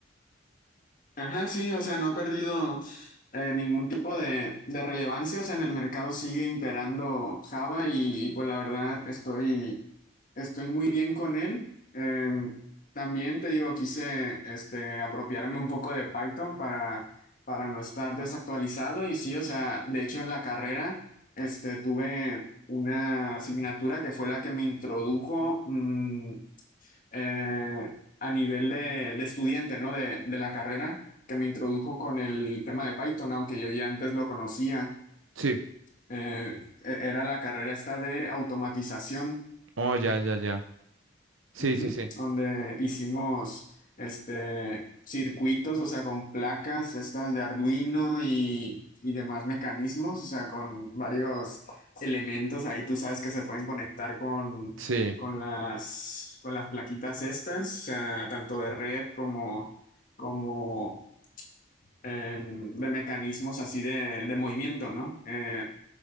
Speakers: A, on the left; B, on the right.
A: Ajá, sí, o sea, no ha perdido eh, ningún tipo de, de relevancia, o sea, en el mercado sigue imperando Java y, y, pues la verdad estoy, estoy muy bien con él. Eh, también te digo, quise este, apropiarme un poco de Python para, para no estar desactualizado y sí, o sea, de hecho en la carrera este, tuve una asignatura que fue la que me introdujo mm, eh, a nivel de, de estudiante, ¿no? De, de la carrera, que me introdujo con el tema de Python, aunque yo ya antes lo conocía.
B: Sí.
A: Eh, e- era la carrera esta de automatización.
B: Oh, ya, ya, ya. Sí,
A: Ujú,
B: sí, sí.
A: Donde hicimos este circuitos, o sea, con placas estas de Arduino y, y demás mecanismos, o sea, con varios elementos ahí tú sabes que se pueden conectar con,
B: Sí,
A: con las, con las plaquitas estas, o sea, tanto de red como, como em, de mecanismos así de, de movimiento, ¿no? Eh,